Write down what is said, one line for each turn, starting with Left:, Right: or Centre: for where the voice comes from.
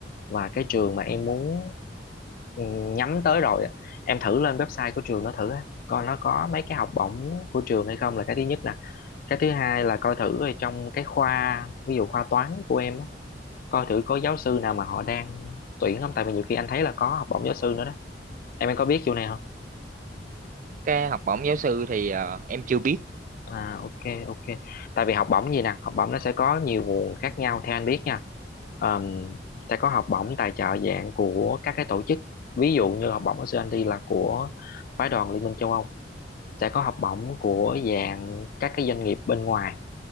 Left: và cái trường mà em muốn ừ, nhắm tới rồi á, em thử lên website của trường nó thử á, coi nó có mấy cái học bổng của trường hay không là cái thứ nhất nè cái thứ hai là coi thử ở trong cái khoa ví dụ khoa toán của em á, coi thử có giáo sư nào mà họ đang tuyển không tại vì nhiều khi anh thấy là có học bổng giáo sư nữa đó em em có biết chỗ này không
Right: cái học bổng giáo sư thì à, em chưa biết
Left: À ok ok. Tại vì học bổng gì nè, học bổng nó sẽ có nhiều nguồn khác nhau theo anh biết nha. Ờm, sẽ có học bổng tài trợ dạng của các cái tổ chức. Ví dụ như học bổng của anh đi là của phái đoàn Liên minh châu Âu. Sẽ có học bổng của dạng các cái doanh nghiệp bên ngoài